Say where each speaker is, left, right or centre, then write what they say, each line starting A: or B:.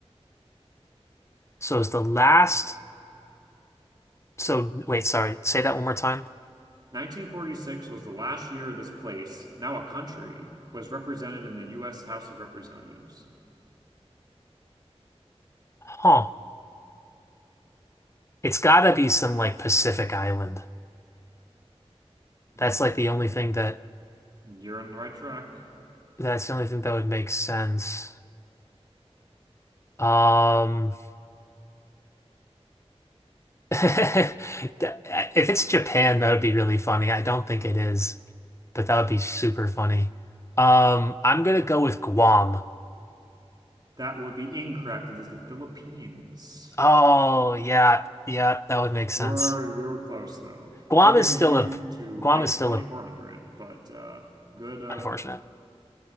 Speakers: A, on the left; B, on the right.
A: So it's the last. So wait, sorry. Say that one more time.
B: 1946 was the last year this place, now a country, was represented in the U.S. House of Representatives.
A: Huh. It's gotta be some like Pacific island.
B: Hmm.
A: That's like the only thing that
B: You're on the right track.
A: that's the only thing that would make sense. Um. <laughs> If it's Japan, that would be really funny. I don't think it is, but that would be super funny. Um, I'm gonna go with Guam.
B: That would be incorrect. It is the Philippines.
A: Oh yeah, yeah, that would make sense.
B: You're you're close though.
A: Guam
B: So that brings
A: is still
B: you
A: a
B: to
A: Guam
B: negative
A: is still
B: 2400,
A: a
B: but uh good uh
A: unfortunate.